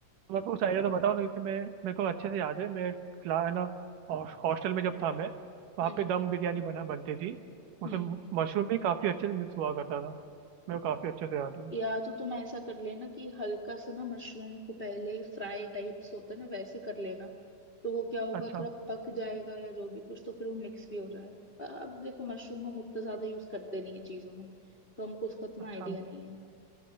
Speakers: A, on the right; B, on the left.
A: तुम आपको कुछ आइडिया तो बताओ ना क्योंकि मैं मेरे को अच्छे से याद है मैं क्ला है ना हॉस्टल में जब था मैं वहाँ
B: हम्म
A: पे दम बिरयानी बना बनती थी उसमें
B: हम्म
A: मशरूम भी काफ़ी अच्छे से मिक्स हुआ करता था मेरे को काफ़ी अच्छे से याद है वो।
B: या तो तुम ऐसा कर लेना कि हल्का सा ना मशरूम को पहले फ्राई टाइप्स होता है ना वैसे कर लेना तो वो क्या होगा
A: अच्छा
B: थोड़ा पक जाएगा या जो भी कुछ तो फिर वो मिक्स भी हो जाए अब देखो मशरूम हम उतना ज्यादा यूज करते नहीं है चीजों में तो हमको उसका इतना
A: अच्छा
B: आइडिया नहीं है